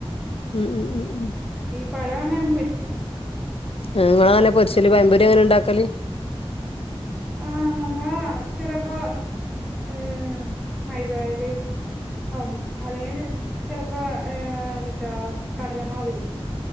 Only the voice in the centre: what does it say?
പഴവെങ്ങാനും പൊരിക്ക്യും
ആഹ് നമ്മള് ചെലപ്പോ ഏഹ് മൈതായെല് ആവും അല്ലെങ്കില് ചെലപ്പോ ഏഹ് എന്തുട്ടാ കടലമാവില്ലെ